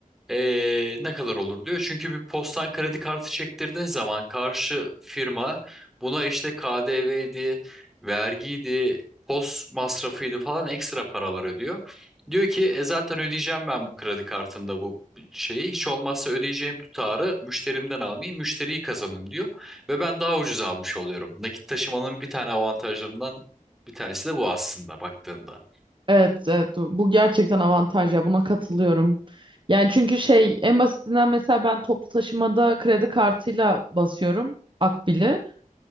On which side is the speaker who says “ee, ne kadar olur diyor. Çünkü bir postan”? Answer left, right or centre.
Centre